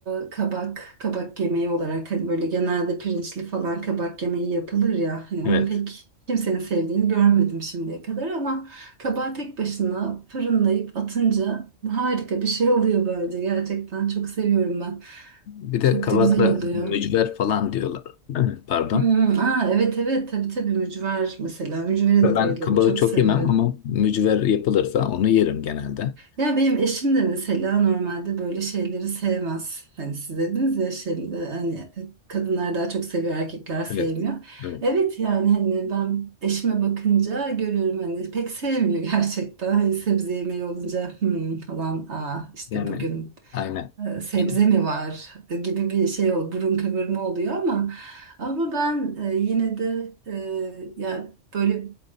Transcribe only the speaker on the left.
Evet.
Bir de
kabakla
mücver falan diyorlar. Evet. Pardon.
Ben
kabağı
çok
yemem ama mücver yapılırsa onu yerim genelde.
Evet. Evet.
Yani
aynen.
Yani,